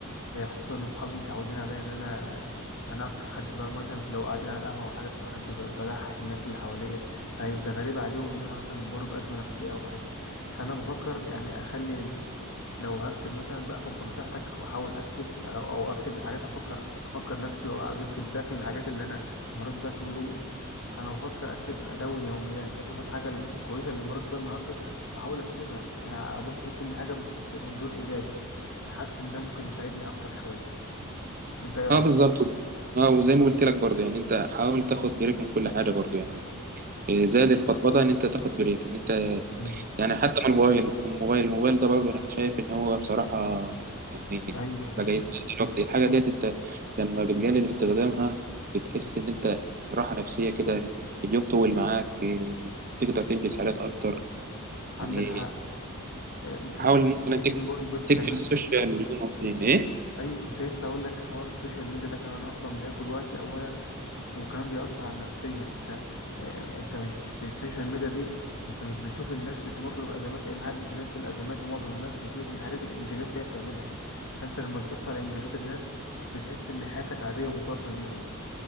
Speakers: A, on the left; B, on the right.
A: آه، خصوصا ان اصحابي متعودين عليا ان انا انا اكتر حد بقى مثلا في لو قاعدين على القهوه او حاجه اكتر حد ب- بضحك الناس اللي حواليا فهيبقى غريب عليهم ان انا مثلا بمر بازمه نفسيه او حاجه فانا بفكر يعني اخلي ال- لو هكتب مثلا باخد بنصيحتك واحاول اكتب او أو اكتب الحاجات افكر افكر نفسي واجيب فيدباك للحاجات اللي انا مريت بيها طول يومي فانا بفكر اكتب ادون يوميات اشوف الحاجه الكويسه اللي مريت بيها النهارده واحاول اكتبها انا ابص كل حاجه بمنظور ايجابي حاسس ان ده ممكن يساعدني اكتر شويه انت ايه رايك
B: اه بالظبط اه وزي ما قلت لك برضه يعني انت حاول تاخد بريك من كل حاجه برضه يعني آه، زاد الفضفضه ان انت تاخد بريك ان انت
A: مم.
B: يعني حتى من الموبايل من الموبايل الموبايل ده برضه انا شايف ان هو بصراحه يعني
A: ايوه ايوه
B: بقى يتقلل الوقت الحاجه ديت انت لما بتقلل استخدامها بتحس ان انت راحه نفسيه كده اليوم طول معاك إيه، تقدر تنجز حاجات اكتر
A: عندك
B: يعني
A: حق آه، مش
B: حاول
A: الجم-
B: مثلا
A: مش
B: تك-
A: الموبايل بس
B: تقفل
A: كمان
B: السوشيال يوم او اتنين ايه
A: ايوه كنت لسه اقول لك حوار السوشيال ميديا ده كمان اصلا بياكل وقتي اولا وكمان بيأثر على النفسيه انت آه، انت مش في السوشيال ميديا دي انت مش بتشوف الناس بتمر بازمات ايه محدش بينزل ازمات ومعظم الناس بتنزل الحاجات الانجازات اللي هي بتعملها فانت لما تبص على انجازات الناس بتحس ان حياتك عاديه مقارنه بيهم